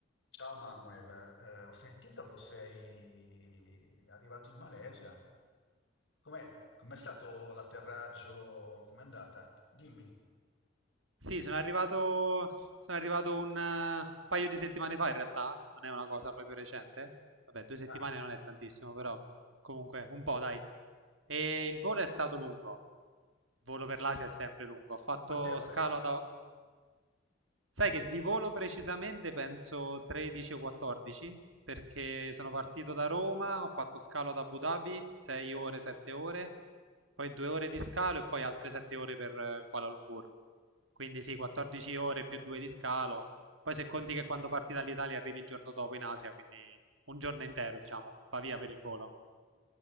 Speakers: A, on the left; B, on the right.
A: Ciao Manuel, eh, ho sentito che sei arrivato in Malesia. Com'è? Com'è stato l'atterraggio? Com'è andata? Dimmi.
B: Sì, sono arrivato, sono arrivato un eh, paio di settimane fa in realtà, non è una cosa proprio recente. Vabbè, due settimane
A: Ah,
B: non è tantissimo, però comunque un po', dai. E il volo è stato lungo. Il volo per l'Asia è sempre lungo. Ho fatto
A: quante ore?
B: scalo ad... Sai che di volo precisamente penso 13 o 14, perché sono partito da Roma, ho fatto scalo ad Abu Dhabi, 6 ore, 7 ore, poi 2 ore di scalo e poi altre 7 ore per eh, Kuala Lumpur. Quindi sì, 14 ore più 2 di scalo. Poi se conti che quando parti dall'Italia arrivi il giorno dopo in Asia, quindi un giorno intero, diciamo, va via per il volo.